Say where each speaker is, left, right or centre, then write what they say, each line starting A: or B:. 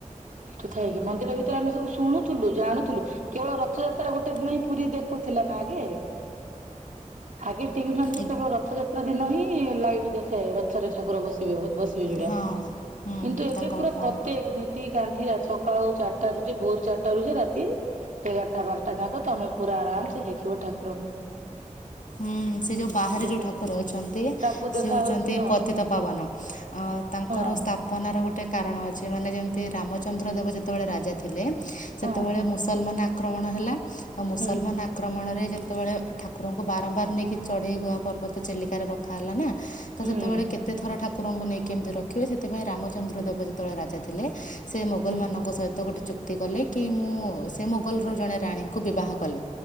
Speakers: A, on the right; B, on the left.
A: ଏଠୁ ଥାଇକିି ମନ୍ଦିର ଭିତରେ ଆମେ ସବୁ ଶୁଣୁଥିଲୁ ଜାଣୁଥିଲୁ କେବଳ ରଥଯାତ୍ରା ଗୋଟେ ଦିନ ହିଁ ପୁରୀ ଦେଖ ଦେଖଉଥିଲା ନା ଆଗେ ଆଗେ ଟିଭି ମାନଙ୍କୁ
B: ଏ
A: କେବଳ ରଥଯାତ୍ରା ଦିନ ହିଁ ଲାଇଭ ଦେଖାଏ, ରଥରେ ଠାକୁର ବସିବେ ବ ବସି <unintelligible>
B: ହଁ ହୁଁ
A: କିନ୍ତୁ ଏବେ
B: ତାଙ୍କର
A: ପୁରା
B: ପ
A: ପ୍ରତ୍ୟେକ ନୀତିକାନ୍ତି ସକାଳ ଚାରିଟାରୁ ଯେ ଭୋର ଚାରିଟାରୁ ଯେ ରାତି ଏଗାରଟା ବାରଟା ଯାକ ତମେ ପୁରା ଆରାମ ସେ ଦେଖିବ ଠାକୁରଙ୍କୁ।
B: ହୁଁ ସେ ଯୋଉ ବାହାରେ
A: ଦେଖ
B: ଯୋଉ ଠାକୁର ଅଛନ୍ତି
A: ତାଙ୍କୁ ଦେଖା
B: ସେ ହଉଛନ୍ତି
A: ହଉଛି ହଁ
B: ପତିତ ପାବନ ଅଁ। ଆଉ ତାଙ୍କର
A: ହଁ
B: ସ୍ଥାପନର ଗୋଟେ କାରଣ ଅଛି ମାନେ ଯେମତି ରାମଚନ୍ଦ୍ର ଦେବ ଯେତେବେଳେ ରାଜା ଥିଲେ ସେତେବେଳେ
A: ହଁ
B: ମୁସଲମାନ ଆକ୍ ଆକ୍ରମଣ ହେଲା ତ ମୁସଲମାନ
A: ହୁଁ
B: ଆକ୍ରମଣରେ ଯେତେବେଳେ ଠାକୁରଙ୍କୁ ବାରମ୍ବାର ନେଇକି ଚଢେଇ ଘୁହା ପର୍ବତ ଚିଲିକାରେ ରଖା ହେଲା ନା ତ
A: ହୁଁ
B: ସେତବେଳେ କେତେ ଥର ଠାକୁ ଠାକୁରଙ୍କୁ ନେଇକି କେମିତି ରଖିବେ ସେଥିପାଇଁ ରାମଚନ୍ଦ୍ର ଦେବ ଯେତେବେଳେ ରାଜା ଥିଲେ, ସେ ମୋଗଲମାନଙ୍କ
A: ହୁଁ
B: ସହିତ ଗୋଟେ ଚୁକ୍ତି କଲେ କି ମୁଁ ସେ ମୋଗଲର ଜଣେ ରାଣୀଙ୍କୁ ବିବାହ କଲେ।